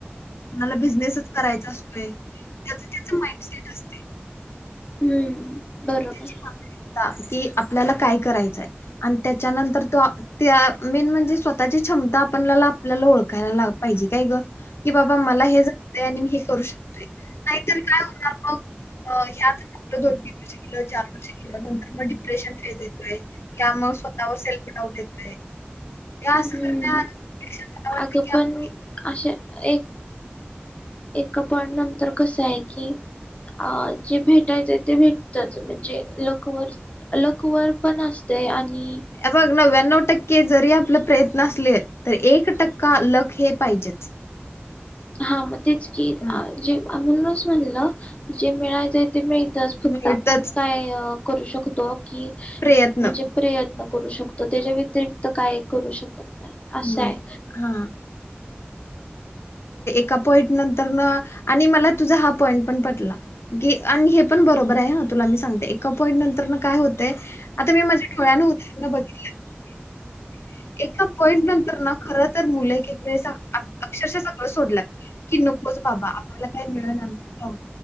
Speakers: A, on the left; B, on the left.
A: कोणाला बिझनेसच करायचा असतोय त्याच त्याच माइंडसेट असते
B: हम्म बरोबर
A: <unintelligible> कि आपल्याला काय करायचंय आणि त्याच्यानंतर तो त्या मेन म्हणजे स्वतःची क्षमता आपल्या आपल्याला ओळखतो यला पाहिजे काय ग की बाबा मला हे आणि मी हे करू शकते नाहीतर काय होणार मग आपलं दोन चार वर्ष केलं नंतर मग डिप्रेशन फेज येतोय त्या मग स्वतःवर सेल्फ फुट आऊट येतोय या असं
B: हम्म
A: करण्यापेक्षा मला वाटतं
B: अगं
A: की
B: पण
A: आपण-
B: अशा एक ए पण नंतर कस आहे की अ जे भेटायचं आहे ते भेटतच म्हणजे लकवर लकवर पण असते आणि
A: याग नव एनोट के जी जरी आप प्रयत्न असले एक टक् कालक हे पाहिजेच
B: हा म तेच की
A: हा
B: जे म्हणूनच म्हणलं की जे मिळायच ते मिळतच फक्त
A: मिळतच
B: आपण काय करू शकतो. क
A: प्रयत्न
B: म्हणजे प्रयत्न करू शकतो, त्याच्या व्यतिरिक्त काही करू शकत नाही असं
A: नाही
B: आहे.
A: हा <unintelligible> चना बघकी एका पॉइंट नंतर ना खर तर मुलं वेळे अक्षरशः सगळं सोडल्यात की नकोच बाबा आपल्याला काही मिळ